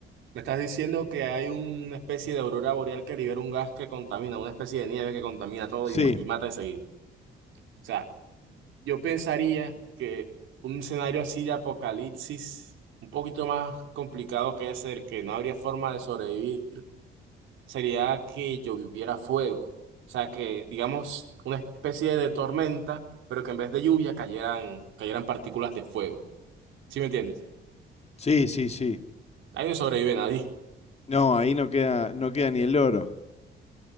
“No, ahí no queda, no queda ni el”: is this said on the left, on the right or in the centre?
Left